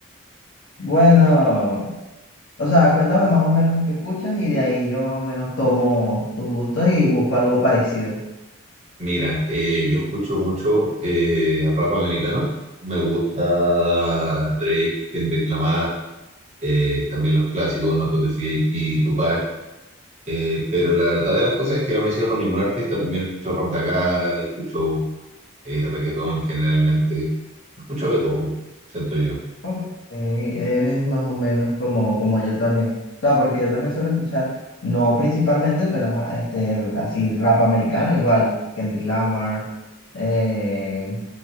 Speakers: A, on the left; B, on the right.
A: Bueno, o sea, cuéntame más o menos qué escuchas y de ahí yo más o menos tomo tus gustos y busco algo parecido.
B: Mira, eh, yo escucho mucho eh, rap americano. Me gusta Drake, Kendrick Lamar, eh, también los clásicos Notorious B.I.G., Tupac. Eh, pero la verdad de las cosas es que no me cierro a ningún artista. También escucho rap de acá, escucho eh, reggaetón generalmente. Escucho de todo, siento yo.
A: Ok, eres más o menos como, como yo también. O sea, porque yo también suelo escuchar, no principalmente, pero ajá, este, el- así rap americano, igual, Kendrick Lamar, eh,